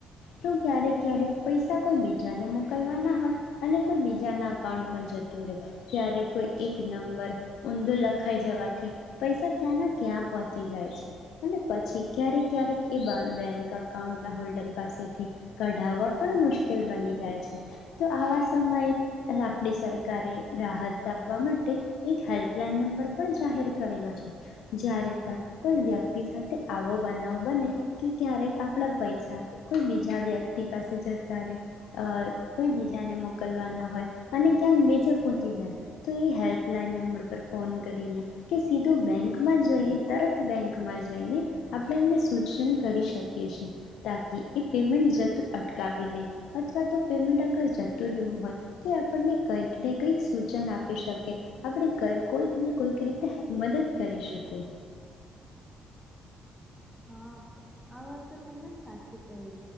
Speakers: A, on the left; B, in the centre.
A: તો ક્યારેક ક્યારેક પૈસા કોઈ બીજાને મોકલવાના હોય, અને કોઈ બીજાના અકાઉન્ટમાં જતું રહે, ક્યારેક કોઈ એક નંબર ઊંધો લખાઈ જવાથી, પૈસા ક્યાંના ક્યાં પહોંચી જાય છે, અને પછી ક્યારેક ક્યારેક એ બેંક અકાઉન્ટ ના હોલ્ડર પાસેથી, કઢાવવા પણ મુશ્કેલ બની જાય છે, તો આવા સમયે આપણી સરકારે રાહત આપવા માટે, એક હેલ્પલાઈન નંબર પણ જાહેર કરેલો છે, જ્યારે પણ કોઈ વ્યક્તિ સાથે આવો બનાવો બને કે ક્યારેક આપણા પૈસા કોઈ બીજા વ્યક્તિ પાસે જતા રહે કોઈ બીજાને મોકલવાના હોય અને ક્યાંક મેજા પહોચી જાય તો એ હેલ્પલાઈન નંબર પર ફોન કરીને કે સીધું બેંકમાં જઈ તરત બેંકમાં જઈને આપણે એમને સૂચન કરી શકીએ છે. તાકી એ પેમેન્ટ જતું અટકાવી દે અથવા તો પેમેન્ટ અગર જતું રહ્યું હોય તો આપણને કઈક ને કંઈક સૂચન આપી શકે આપણે કોઈકને કોઈક રીતે મદદ કરી શકી.
B: હા આ વાત તો તમે સાચી કહી